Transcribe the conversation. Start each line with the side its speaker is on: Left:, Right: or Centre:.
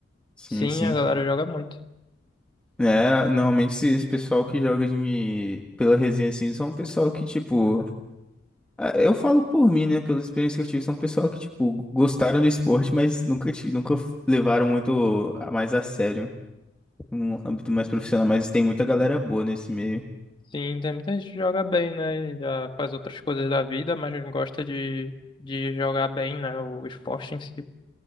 Centre: Sim,
Left: Sim,
Centre: sim.
Left: a galera joga muito.
Centre: É, normalmente esse esse pessoal que joga de... pela resenha, assim, são um pessoal que, tipo... ah, Eu falo por mim, né? Pela experiência que eu tive, são pessoal que, tipo, gostaram do esporte, mas nunca, ti- nunca levaram muito a mais a sério. um âmbito mais profissional, mas tem muita galera boa nesse meio.
Left: Sim, tem muita gente que joga bem, né? Já faz outras coisas da vida, mas gosta de, de jogar bem, né? O esporte em si.